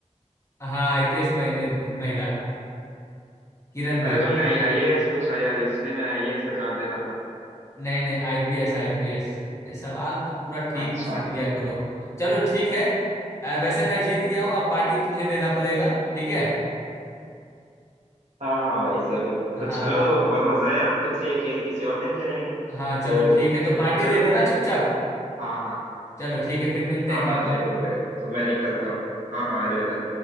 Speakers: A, on the left; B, on the right.
A: हाँ आईपीएस महिला किरण
B: अरे
A: बेदी
B: तुमने आई आईएएस पूछा यार इसलिए मैं आईएएस का जवाब दे रहा था
A: नहीं नहीं आईपीएस आईपीएस अरे सवाल तो पूरा ठीक
B: अच्छा
A: से सुन लिया करो चलो ठीक है अ, वैसे मैं जीत गया हूँ अब पार्टी तुम्हें देना पड़ेगा ठीक है
B: हाँ हाँ भाई जरूर
A: हाँ
B: तो चलो बहुत मजा आया फिर से ये खेल किसी और दिन खेलेंगे तो,
A: हाँ चलो ठीक है
B: तो
A: तो पार्टी
B: चलो
A: दे देना चुपचाप
B: हाँ हाँ
A: चलो ठीक है फिर मिलते
B: हाँ
A: हैं Bye
B: हाँ जरूर
A: bye
B: भाई तो मैं निकलता हूँ हाँ हाँ अलविदा